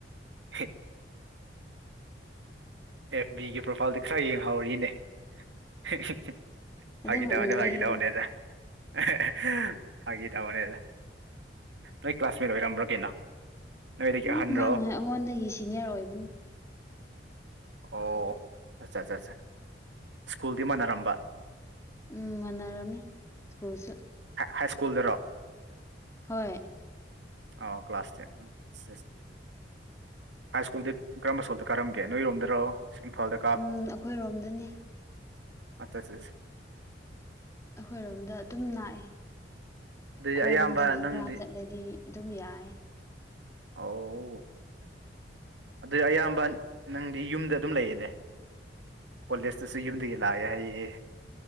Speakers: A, on the right (about 80°); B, on the left (about 15°).
A: ꯍꯦ ꯑꯦꯐ ꯕꯤꯒꯤ ꯄ꯭ꯔꯣꯐꯥꯏꯜꯗꯤ ꯈꯔ ꯌꯦꯡꯍꯧꯋꯤꯅꯦ ꯍꯦ ꯍꯦ ꯍꯦ
B: ꯑꯗꯨꯝ
A: ꯐꯥꯒꯤ ꯇꯧꯕꯅꯦ
B: ꯎꯕꯒꯤꯅꯤ
A: ꯐꯥꯒꯤ ꯇꯧꯕꯅꯦꯗ ꯑꯍꯦ ꯍꯦ ꯐꯥꯒꯤ ꯇꯧꯕꯅꯦꯗꯥ ꯅꯣꯏ ꯀ꯭ꯂꯥꯁꯃꯦꯠ ꯑꯣꯏꯔꯝꯕ꯭ꯔꯣ ꯀꯦꯅꯣ ꯅꯣꯏꯗꯒꯤ
B: ꯎꯝ
A: ꯑꯍꯟ
B: ꯃꯥꯅ
A: ꯔꯣ
B: ꯑꯩꯉꯣꯟꯗꯒꯤ ꯁꯤꯅꯤꯌꯔ ꯑꯣꯏꯕꯅꯤ
A: ꯑꯣ ꯑꯆꯥ ꯆꯥ ꯆꯥ ꯁ꯭ꯀꯨꯜꯗꯤ ꯃꯥꯟꯅꯔꯝꯕ
B: ꯎꯝ ꯃꯥꯟꯅꯔꯝꯃꯤ ꯁ꯭ꯀꯨꯜꯁꯨ
A: ꯍꯥꯏ ꯁ꯭ꯀꯨꯜꯗꯔꯣ
B: ꯍꯣꯏ
A: ꯑꯥꯎ ꯀ꯭ꯂꯥꯁ ꯇꯨꯋꯦꯠ ꯍꯥꯏ ꯁ꯭ꯀꯨꯜ ꯗꯤ ꯀꯔꯝꯕ ꯁ꯭ꯀꯨꯜꯗ ꯀꯥꯔꯝ ꯒꯦ ꯅꯣꯏꯔꯣꯝꯗꯔꯣ ꯏꯝꯐꯥꯜꯗ
B: ꯎꯝ ꯑꯈꯣꯏꯔꯣꯝꯗꯅꯦ
A: ꯑꯆꯥ ꯆꯥ ꯆꯥ
B: ꯑꯈꯣꯏꯔꯣꯝꯗ ꯑꯗꯨꯝ ꯅꯥꯛꯑꯦ
A: ꯑꯗꯨꯗꯤ
B: ꯈꯣꯡꯗꯒꯤ
A: ꯑꯌꯥꯝꯕ ꯅꯪꯗꯤ
B: ꯈ꯭ꯔꯥ ꯆꯠꯂꯗꯤ ꯑꯗꯨꯝ ꯌꯥꯏ
A: ꯑꯧ ꯗꯤ ꯑꯌꯥꯝꯕ ꯅꯪꯗꯤ ꯌꯨꯝꯗ ꯑꯗꯨꯝ ꯂꯩꯌꯦꯅꯦ ꯀꯣꯂꯦꯖꯇꯁꯨ ꯌꯨꯝꯗꯒꯤ ꯂꯥꯛꯑꯦ ꯍꯥꯏꯌꯦꯌꯦ